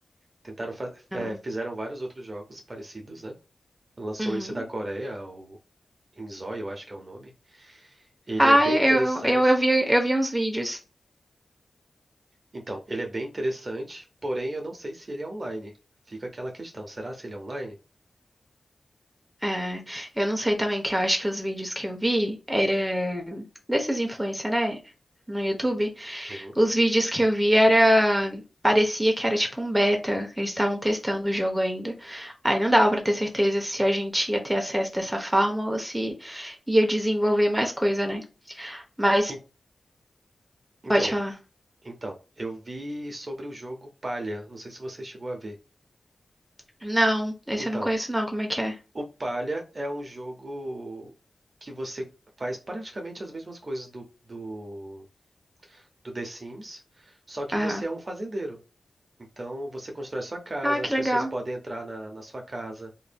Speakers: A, on the right; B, on the right.
A: Tentaram fa-
B: Não.
A: é, fizeram vários outros jogos parecidos, né? Lançou
B: Uhum.
A: esse da Coreia, o Inzoi, eu acho que é o nome. Ele
B: Ah,
A: é bem
B: eu,
A: interessante.
B: eu, eu vi, eu vi uns vídeos.
A: Então, ele é bem interessante, porém eu não sei se ele é online. Fica aquela questão, será se ele é online?
B: É, eu não sei também, que eu acho que os vídeos que eu vi era desses influencers, né? No YouTube.
A: Uhum.
B: Os vídeos que eu vi era. Parecia que era tipo um beta. Eles estavam testando o jogo ainda. Aí não dava pra ter certeza se a gente ia ter acesso dessa forma ou se ia desenvolver mais coisa, né? Mas
A: En- Então,
B: pode falar.
A: então, eu vi sobre o jogo Palha, não sei se você chegou a ver.
B: Não, esse
A: Então,
B: eu não conheço não. Como é que é?
A: o Palha é um jogo que você faz praticamente as mesmas coisas do, do do The Sims, só que
B: Aham.
A: você é um fazendeiro. Então você constrói sua casa,
B: Ah, que
A: as pessoas
B: legal.
A: podem entrar na, na sua casa,